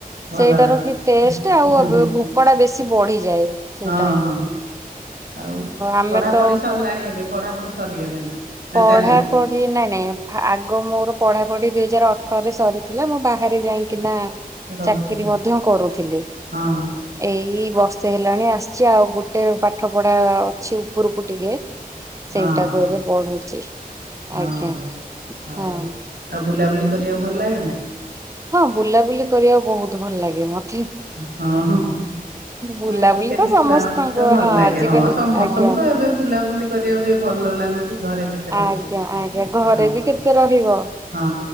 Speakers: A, on the right; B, on the right.
A: ଭଲ
B: ସେଇଟାର
A: ଲାଗେ
B: କି ଟେଷ୍ଟେ ଆଉ
A: ହଁ ହଁ
B: ବ ଭୁକଡା ବେଶୀ ବଢ଼ିଯାଏ ସେଇ
A: ହଁ
B: ଟାଇମରେ।
A: ଆଉ
B: ଆମେ
A: ପଢ଼ାପଢ଼ି
B: ତ
A: ସରିଲାଣି ଏବେ ପଢ଼ାପୁଢ଼ି ସରିଗଲାଣି। ନା
B: ପଢ଼ାପଢ଼ି
A: ଚାଲିଛି
B: ନାଇଁ ନାଇଁ ଫା ଆଗ ମୋର ପଢ଼ାପଢ଼ି ଦୁଇ ହଜାରେ ଅଠ ଅଠରେ ସରିଥିଲା ମୁଁ ବାହାରେ ଯାଇଁକିନା
A: ରହୁଛନ୍ତି
B: ଚାକିରି
A: ହଁ
B: ମଧ୍ୟ କରୁଥିଲି।
A: ହଁ
B: ଏଇ ବର୍ଷେ ହେଲାଣି ଆସିଚି ଆଉ ଗୋଟେ ପାଠ ପଢ଼ା ଅ ଅ ଅଛି ଉପରକୁ ଟିକେ
A: ହଁ
B: ସେଇଟାକୁ
A: ହଁ
B: ଏବେ ବଢୁ। ଆଜ୍ଞା
A: ହଉ। ହଉ
B: ହଁ।
A: ଆଉ ବୁଲାବୁଲି କରିବାକୁ ଭଲ ଲାଗେ ନା?
B: ହଁ ବୁଲାବୁଲି କରିବାକୁ ବହୁତ ଭଲ ଲାଗେ ମତ୍
A: ହଁ ହଁ।
B: ବୁଲାବୁଲି
A: ଆଜିକାଲି
B: ତ ସମସ୍ତଙ୍କୁ
A: ଛୁଆ ମାନଙ୍କୁ ତ ଭଲ ଲାଗେ
B: ଆଜିକାଲି
A: ହଁ ସମସ୍ତଙ୍କୁ
B: ଆଜ୍ଞା।
A: ତ ଏବେ। ବୁଲାବୁଲି କରିବାକୁ ଟିକେ ଭଲ ଲାଗୁଛି ଘରେ କେତେ। ରହିବୁ
B: ଆଜ୍ଞା
A: ବୁଲାବୁଲି
B: ଆଜ୍ଞା
A: କରିବା
B: ଘରେ
A: ହଁ
B: ବି କେତେ ରହିବ।
A: ହଁ